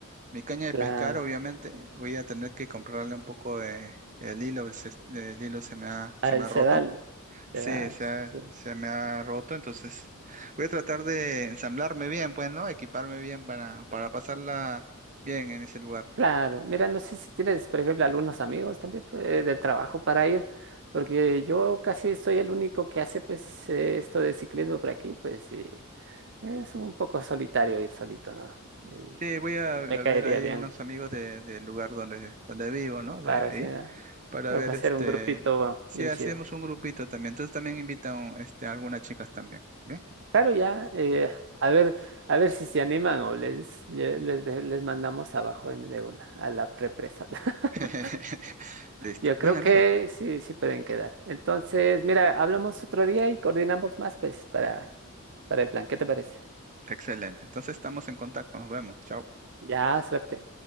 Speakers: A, on the right; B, on the right.
A: Mi caña
B: claro.
A: de pescar, obviamente, voy a tener que comprarle un poco de el hilo, el, el hilo se me ha,
B: al
A: se me ha
B: Sedal.
A: roto.
B: Sedal,
A: Sí, se, ha-
B: sí.
A: se me ha roto, entonces voy a tratar de ensamblarme bien, pues, ¿no? Equiparme bien para, para pasarla bien en ese lugar.
B: Claro, mira, no sé si tienes, por ejemplo, algunos amigos también pues, del trabajo para ir, porque yo casi soy el único que hace pues eh, esto de ciclismo por aquí, pues sí, es un poco solitario ir solito, ¿no? Y
A: Sí, voy a, a
B: me caería
A: ver ahí
B: bien
A: unos amigos de, del lugar donde, donde vivo, ¿no? De
B: para,
A: ahí.
B: hacer-
A: para
B: para
A: ver
B: hacer
A: este,
B: un grupito bueno,
A: si
B: bien
A: hacemos
B: chido.
A: un grupito también. Entonces también invitan este, a algunas chicas también, ¿bien?
B: Claro, ya, eh, a ver, a ver si se animan o les, les, les mandamos abajo en- de una, a la represa. <laughs>
A: <laughs> Listo.
B: Yo
A: Bien,
B: creo
A: amigo.
B: que sí, sí pueden quedar. Entonces, mira, hablamos otro día y coordinamos más, pues, para, para el plan. ¿Qué te parece?
A: Excelente. Entonces estamos en contacto. Nos vemos. Chao.
B: Ya, suerte.